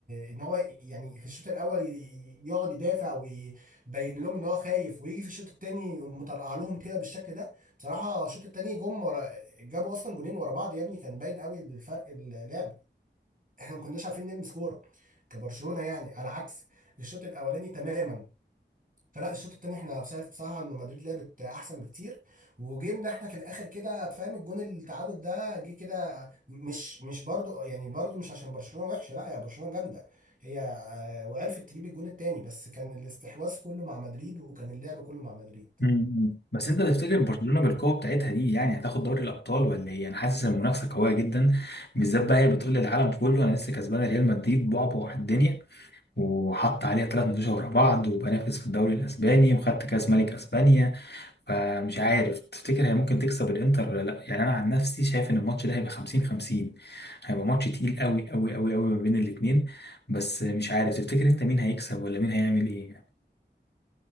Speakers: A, on the right; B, on the left.
A: ان هو يعني في الشوط الاول ي- ي- يقعد يدافع ويبين لهم ان هو خايف ويجي في الشوط الثاني يقوم مطرقع لهم كده بالشكل ده بصراحه الشوط الثاني جم ورا جابوا اصلا جونين ورا بعض يا ابني كان باين قوي الفرق اللعب احنا ما كناش عارفين نلمس كوره كبرشلونه يعني على عكس الشوط الاولاني تماما فلا الشوط التاني احنا شايف بصراحه ان مدريد لعبت احسن بكتير وجيمنا احنا في الاخر كده فاهم الجون التعادل ده جه كده مش مش برضو يعني برضو مش عشان برشلونه وحشه لا يا برشلونه جامده هي آه، وعرفت تجيب الجون التاني بس كان الاستحواذ كله مع مدريد وكان اللعب كله مع مدريد
B: مم. بس انت تفتكر برشلونه بالقوه بتاعتها دي يعني هتاخد دوري الابطال ولا ايه؟ انا حاسس ان المنافسه قويه جدا بالذات بقى هي بتقول للعالم كله انا لسه كسبانه ريال مدريد بعبع الدنيا وحط عليها ثلاث ماتشات ورا بعض وبنافس في الدوري الاسباني وخدت كاس ملك اسبانيا فمش عارف تفتكر هي ممكن تكسب الانتر ولا لا؟ يعني انا عن نفسي شايف ان الماتش ده هيبقى 50 50 هيبقى ماتش تقيل قوي قوي قوي قوي ما بين الاثنين بس مش عارف تفتكر انت مين هيكسب ولا مين هيعمل ايه؟